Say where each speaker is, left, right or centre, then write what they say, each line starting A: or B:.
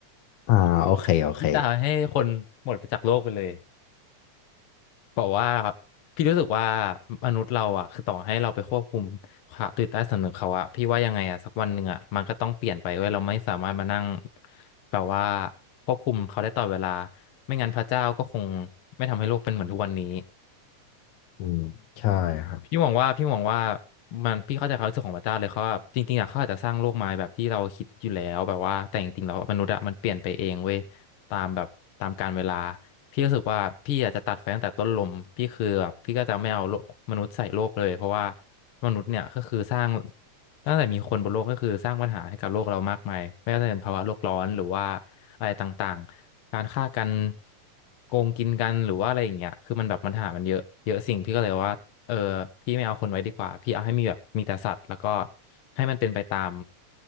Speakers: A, on the left; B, on the left.
A: อ่าโอเคโอเค
B: <laughs> พี่จะเอาให้คนหมดไปจากโลกไปเลย บอกว่าพี่รู้สึกว่ามนุษย์เราอ่ะคือต่อให้เราไปควบคุมความตื่นใต้สำนึกเขาอ่ะพี่ว่ายังไงอ่ะสักวันหนึ่งอ่ะมันก็ต้องเปลี่ยนไปเว้ยเราไม่สามารถมานั่งแบบว่าควบคุมเขาได้ตลอดเวลาไม่งั้นพระเจ้าก็คงไม่ทำให้โลกเป็นเหมือนทุกวันนี้
A: อืมใช่ครับ
B: พี่มองว่าพี่มองว่ามันพี่เข้าใจความรู้สึกของพระเจ้าเลยเขาว่าจริงๆอ่ะเขาอาจจะสร้างโลกมาแบบที่เราคิดอยู่แล้วแบบว่าแต่จริงๆแล้วมนุษย์อ่ะมันเปลี่ยนไปเองเว้ยตามแบบตามกาลเวลาพี่รู้สึกว่าพี่อาจจะตัดไฟตั้งแต่ต้นลมพี่คือแบบพี่ก็จะไม่เอาโลกมนุษย์ใส่โลกเลยเพราะว่ามนุษย์เนี่ยก็คือสร้างตั้งแต่มีคนบนโลกก็คือสร้างปัญหาให้กับโลกเรามากมายไม่ว่าจะเป็นภาวะโลกร้อนหรือว่าอะไรต่างๆการฆ่ากันโกงกินกันหรือว่าอะไรอย่างเงี้ยคือมันแบบปัญหามันเยอะเยอะสิ่งพี่ก็เลยว่า เออพี่ไม่เอาคนไว้ดีกว่าพี่เอาให้มีแบบมีแต่สัตว์แล้วก็ให้มันเป็นไปตาม